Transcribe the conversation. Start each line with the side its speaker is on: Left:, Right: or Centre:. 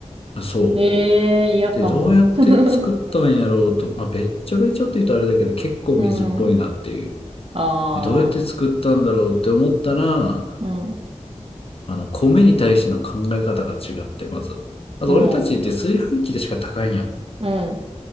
Left: あそう。
Right: ええ嫌かも。
Left: で、どうやって作ったんやろうと、
Right: <laughs>
Left: まあ、べっちょべちょって言うとあれだけど、結構水っぽいなっていう。
Right: うん、ああ、
Left: で、どうやって作ったんだろうって思ったら、
Right: うん、
Left: あの、米に対しての考え方が違って、まず。まず俺たちって炊飯器でしか炊かんやん。
Right: おう、うん、